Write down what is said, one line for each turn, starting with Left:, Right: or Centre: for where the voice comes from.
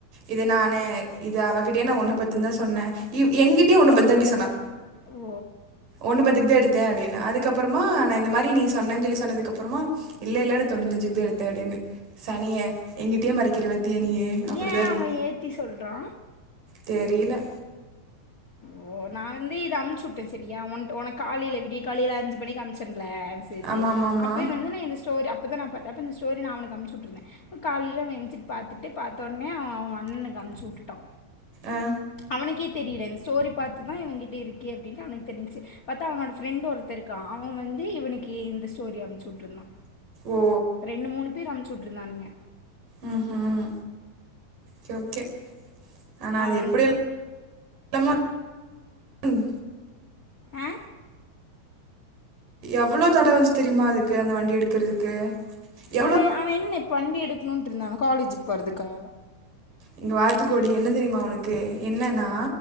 Right: இது நானு
Left: ஓ
Right: இது அவகிட்டயே ஒன்னு பத்துதா சொன்னே இவ் எங்கிட்டயே ஒன்னு பத்தாண்டி சொன்னா
Left: ஓ
Right: ஒன்னு பத்துக்குதா எடுத்தே அப்பிடின்னா அதுக்கப்புறமா நா இந்த மாரி நீ சொன்னேஞ்ச சொல்லி சொன்னதுக்கு அப்புறமா இல்ல இல்ல தொண்ணூத்தஞ்சுக்குதா எடுத்தே அப்பிடின்னு சனியே எங்கிட்டயே மறைக்கிற பத்தியா நீயி அப்டிதா
Left: ஏ அவே ஏத்தி சொல்றா
Right: தெரியில
Left: ஓ நா வந்து இது அமுச்சுடே சேரியா உன்ட் உனக் காலையில விடிய காலையில ஐஞ்சு மணி அமுச்ச ல்ல மெசேஜ்
Right: ஆமா ஆமா ஆமா
Left: அப்பயே வந்து நா இந்த ஸ்டோரி அ அப்பதா பாத்தே அப்ப இந்த ஸ்டோரி நா உனக்கு அமுச்சுடுருந்தே காலையில அவே எந்திச்சு பாத்துட்டு பாத்தோனே அவ அவுங்க அண்ணக்கு அனுச்சுட்டுடா
Right: ஆ
Left: அவனுக்கே தெரியில இஸ் ஸ்டோரி பாத்துதா இவன்கிட்ட இருக்கே அப்பிடின்னு தெரிஞ்ச்சு பாத்தா அவன் ஃபிரண்ட் ஒருத்த இருக்கா அவன் வந்து இவனுக்கு இந்த ஸ்டோரி அமுச்சுவிட்ருந்தா
Right: ஓ
Left: ரெண்ணு மூணு பேர் அமுச்சுட்டு இருந்தானுங்க
Right: ம் ஹும் கே ஓகே ஆனா
Left: நான்
Right: அது
Left: உனக்கு
Right: எப்டி எல் தமா ம்
Left: ஆ
Right: எவ்ளோ தடவ அஞ்சு தெரியுமா அதுக்கு அந்த வண்டி எடுக்கறதுக்கு எவ்ளோ
Left: அவேன் அவேன் என்னெப் வண்டி எடுக்கணுடுருந்தான காலேஜுக்கு போறதுக்கா
Right: இங்க வாத்துக்கோடி என்ன தெரியுமா அவனுக்கு என்னன்னா